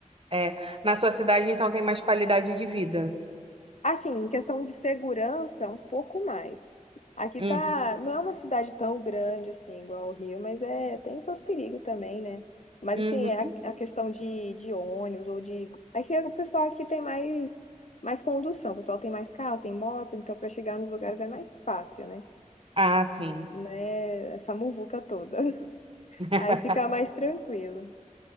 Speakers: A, on the right (about 45°); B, on the left (about 60°).
A: é, na sua cidade então tem mais qualidade de vida.
B: Assim, em questão de segurança, um pouco mais. Aqui
A: Hum,
B: tá, não é uma cidade tão grande assim, igual o Rio, mas é, tem seus perigos também, né? Mas
A: uhum.
B: assim, a, a questão de, de ônibus ou de. Aqui é o pessoal aqui tem mais, mais condução, o pessoal tem mais carro, tem moto, então para chegar nos lugares é mais fácil, né?
A: Ah, sim.
B: Né? Essa muvuca toda. <laughs>
A: <laughs>
B: Aí fica mais tranquilo.